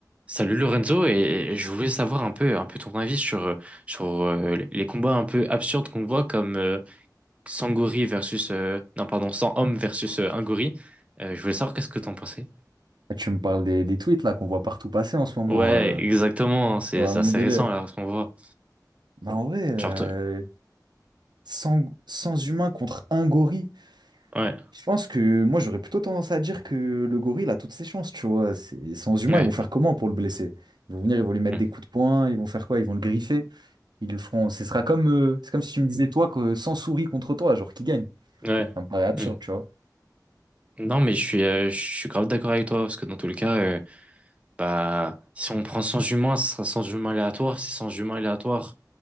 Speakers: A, on the right; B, on the right.
A: Salut Lorenzo, et je voulais savoir un peu, un peu ton avis sur, euh, sur euh, les combats un peu absurdes qu'on voit comme euh, Sangori versus, euh, non pardon, 100 hommes versus euh, un gorille. Euh, je voulais savoir qu'est-ce que t'en pensais.
B: Tu me parles des, des tweets là qu'on voit partout passer en ce moment.
A: Ouais,
B: Euh,
A: exactement, hein, c'est
B: c'est vraiment
A: c'est assez
B: mon délire.
A: récent là ce qu'on voit.
B: Bah en vrai, euh,
A: Genre, t-
B: 100, 100 humains contre un gorille.
A: ouais,
B: Je pense que moi j'aurais plutôt tendance à dire que le gorille a toutes ses chances, tu vois. C'est 100 humains,
A: ouais,
B: ils vont faire comment pour le blesser? Ils vont venir, ils vont lui mettre
A: mm,
B: des coups de poing, ils vont faire quoi? Ils vont le griffer. Ils le feront. Ce sera comme, euh, c'est comme si tu me disais toi que 100 souris contre toi, genre qui gagne.
A: ouais.
B: Ça me paraît absurde,
A: mm.
B: tu vois.
A: Non mais je suis, euh, je suis grave d'accord avec toi parce que dans tous les cas, euh, Bah, si on prend 100 humains, ce sera 100 humains aléatoires. Ces 100 humains aléatoires,